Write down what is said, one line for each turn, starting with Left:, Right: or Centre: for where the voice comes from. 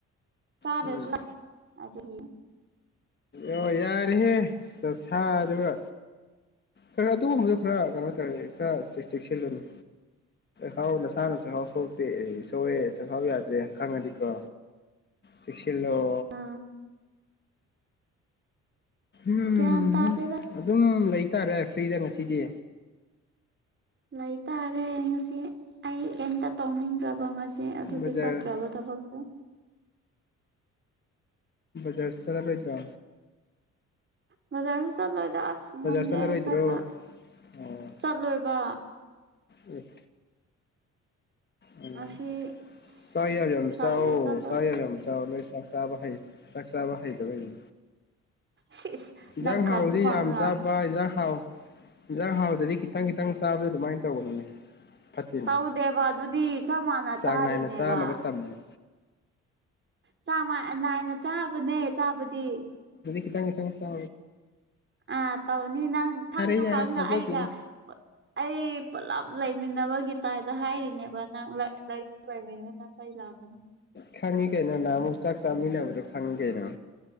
Right: ꯆꯥꯗ꯭ꯔꯁꯨ
Left: ꯎꯝ
Right: ꯑꯗꯨꯒꯤ
Left: ꯑꯣ ꯌꯥꯔꯤꯍꯦ ꯆꯠꯁ ꯑꯗꯨꯒ ꯈꯔ ꯑꯗꯨꯒꯨꯝꯕꯗꯨ ꯈꯔ ꯀꯩꯅꯣ ꯇꯧꯔꯦ ꯈꯔ ꯆ ꯆꯦꯛꯁꯤꯜꯂꯅꯤ ꯍꯥꯎꯅ ꯁꯅꯁꯦ ꯍꯥꯎ ꯁ ꯁꯧꯋꯦ ꯆꯐꯥꯎ ꯌꯥꯗ꯭ꯔꯦ ꯈꯪꯉꯗꯤꯀꯣ ꯆꯦꯛꯁꯤꯜꯂꯣ
Right: ꯑꯥ
Left: ꯎꯝꯝ
Right: ꯒ꯭ꯌꯥꯟ ꯇꯥꯗꯦꯗ
Left: ꯑꯗꯨꯝ ꯂꯩꯇꯥꯔꯦ ꯐ꯭ꯔꯤꯗ ꯉꯁꯤꯗꯤ
Right: ꯂꯩꯇꯥꯔꯦ ꯉꯁꯤ ꯑꯩ ꯑꯝꯇ ꯇꯧꯅꯤꯡꯗ꯭ꯔꯕ ꯉꯁꯤ ꯑꯗꯨꯒꯤ
Left: ꯕꯖꯥꯔ
Right: ꯆꯠꯇ꯭ꯔꯕ ꯊꯕꯛꯇꯣ
Left: ꯖꯔꯁꯗ ꯄꯦꯖ
Right: ꯃꯖꯥꯔ ꯆꯂ ꯑꯁ ꯉꯝꯗꯦ
Left: ꯆꯠꯂꯔꯣꯏꯗ꯭ꯔꯣ
Right: ꯑꯩ ꯆꯠꯄ
Left: ꯑꯣ
Right: ꯆꯠꯂꯣꯏꯕ
Left: ꯑꯦ ꯎꯝ
Right: ꯉꯁꯤ ꯑꯁ
Left: ꯁꯝ
Right: ꯇꯜꯂꯦ
Left: ꯆ
Right: ꯆꯠꯄ
Left: ꯁꯝ ꯆ ꯆꯥꯛꯁꯥꯕꯍꯤ ꯆꯥꯛꯆꯥꯥꯕ ꯍꯍꯤꯗꯕ
Right: ꯁꯤꯁ
Left: ꯏꯟꯖꯥꯡ
Right: ꯅꯪ ꯈꯪꯁꯨ
Left: ꯍꯥꯎꯗꯤ
Right: ꯈꯪꯅ
Left: ꯌꯥꯝ ꯆꯥꯕ ꯏꯟꯖꯥꯡ ꯍꯥꯎ ꯌꯦꯟꯖꯥꯡ ꯍꯥꯎꯗꯗꯤ ꯈꯤꯇꯪ ꯈꯤꯇꯪ ꯆꯥꯕꯗ ꯑꯗꯨꯃꯥꯏꯅ ꯇꯧꯒꯅꯅꯤ ꯐꯠꯇꯦꯅꯦ
Right: ꯇꯧꯗꯦꯕ ꯑꯗꯨꯗꯤ ꯆꯞ ꯃꯥꯟꯅ
Left: ꯆꯥꯡ
Right: ꯆꯥꯔꯤꯅꯦꯕ
Left: ꯅꯥꯏꯅ ꯆꯥꯅꯕ ꯇꯝꯗꯅꯤ
Right: ꯆ ꯅꯥꯏꯅ ꯆꯥꯕꯅꯦ ꯆꯥꯕꯗꯤ
Left: ꯏꯈꯤꯇ ꯏꯈꯤꯇꯪ ꯆ
Right: ꯑ ꯇꯧꯅꯤ ꯅꯪ ꯊꯪꯁꯨꯣ
Left: ꯌꯥꯔꯦ
Right: ꯈꯥꯎꯅ
Left: ꯊꯥꯖꯗꯦꯗ
Right: ꯑꯩꯒ ꯑꯩ ꯄꯨꯂꯞ ꯂꯩꯃꯤꯟꯅꯕꯒꯤ ꯇꯥꯏꯗ ꯍꯥꯏꯔꯤꯅꯦꯕ ꯅꯪ ꯂꯩꯃꯤꯟꯅꯅ ꯆꯩ ꯂꯥꯛꯀꯅꯤ
Left: ꯈꯪꯉꯤ ꯀꯅ ꯅ ꯃꯨ ꯆꯥꯛ ꯆꯝꯅꯤꯅꯕꯨꯗꯨ ꯈꯪꯉꯤ ꯀꯦꯅ